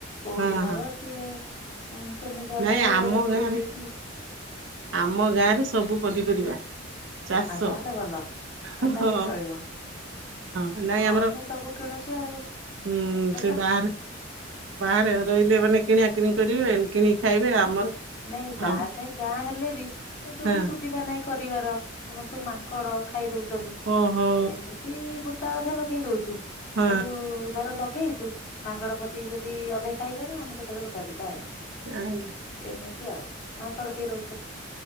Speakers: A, on the left (about 45°); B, on the right (about 80°).
A: କୋଉ
B: ହଁ
A: ଦିନର
B: ହଁ
A: ସିଏ ଉଁ କେମିକାଲେ
B: ନାଇଁ
A: ଇଏରେ
B: ଆମ
A: ବୁଡେଇ
B: ଗାଁରେ
A: ଦେଇକି
B: ଆମ ଗାଁ ରେ ସବୁ ପନିପରିବା। ଚାଷ
A: ଆଉ ତାହେଲେ ଭଲ।
B: ହଁ
A: ଆଉ ତାହେଲେ
B: ହଁ ହଁ
A: ଚଳିବ
B: ହଁ ନାଇଁ ଆମର
A: ଆମେ ସବୁ କିଣୁଛୁ ଆଉ
B: ଉଁ
A: ହଁ।
B: ସେ ବାହାରେ ବାହାରେ ରହିଲେ ମାନେ କିଣା କିଣି କରିବେ କିଣିକି ଖାଇବେ ଆମର
A: ନାଇଁ ବାରେ
B: ଆମ
A: ନାଇଁ ଗାଁ ହେଲେ ବି ଯୋଉଠି
B: ହଁ
A: ସୁବିଧା ନାହିଁ କରିବାର ଆମର ସବୁ ମାଙ୍କଡ ଖାଇ ଦଉଚନ୍ତି।
B: ଓ ହୋ।
A: ତି ଗୋଟା ଅଧା ଲଗେଇ ଦଉଚ
B: ହଁ
A: କିନ୍ତୁ ଧର ଲଗେଇଚୁ ମାଙ୍କଡ ପଶିକି ଯ ଦି ଅଧେ ଖାଇଲାଣି ଆମେ କେତବେଳେ ଗୋଟା ଦିଟା ଆଇଁଲୁ।
B: ଆ <inaudible>
A: ଏମିତି ଆଉ ମାଙ୍କଡ ଟିକେ ରହୁଚନ୍ତି